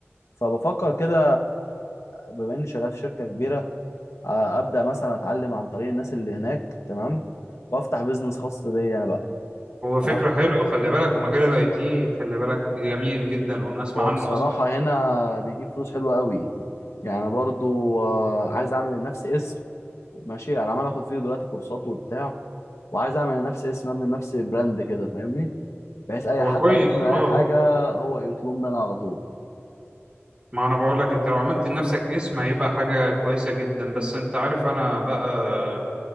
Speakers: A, on the left; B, on the right.
A: فبفكر كده بما اني شغال في شركه كبيره آه، ابدا مثلا اتعلم عن طريق الناس اللي هناك تمام وافتح بيزنس خاص بيا انا بقى
B: هو فكره
A: تمام
B: حلوه خلي بالك ومجال الاي تي خلي بالك جميل جدا وانا اسمع
A: هو
B: عنه
A: بصراحه
B: اصلا
A: هنا بيجيب فلوس حلوه قوي يعني برضو آه، عايز اعمل لنفسي اسم ماشي انا عمال اخد فيه دلوقتي كورسات وبتاع وعايز اعمل لنفسي اسم ابني لنفسي براند كده فاهمني بحيث اي
B: هو
A: حد
B: كويس
A: عايز يعمل
B: اه
A: اي حاجه هو يطلب مني على طول
B: ما انا بقول لك انت لو عملت لنفسك اسم هيبقى حاجه كويسه جدا بس انت عارف انا بقى